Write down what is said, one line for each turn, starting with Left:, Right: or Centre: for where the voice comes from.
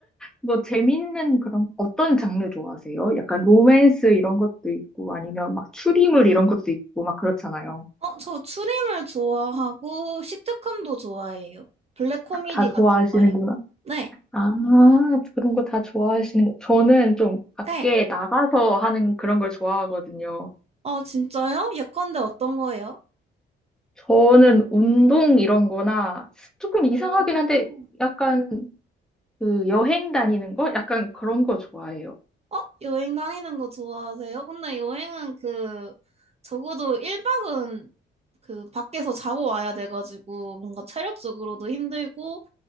Centre: 뭐, 재밌는 그런, 어떤 장르 좋아하세요? 약간 로맨스 이런 것도 있고, 아니면 막 추리물 이런 것도 있고, 막 그렇잖아요.
Right: 어 저 추림을 좋아하고 시트콤도 좋아해요 블랙 코미디
Centre: 다
Right: 같은
Centre: 좋아하시는구나.
Right: 거요 네
Centre: 아, 그런 거 다 좋아하시는 거. 저는 좀 밖에
Right: 네
Centre: 나가서 하는 그런 걸 좋아하거든요.
Right: 어 진짜요 예컨대 어떤 거예요?
Centre: 저는 운동 이런 거나 조금 이상하긴
Right: 오.
Centre: 한데 약간 그 여행 다니는 거? 약간 그런 거 좋아해요.
Right: 어? 여행 다니는 거 좋아하세요? 근데 여행은 그, 적어도 1박은 그, 밖에서 자고 와야 돼가지고, 뭔가 체력적으로도 힘들고,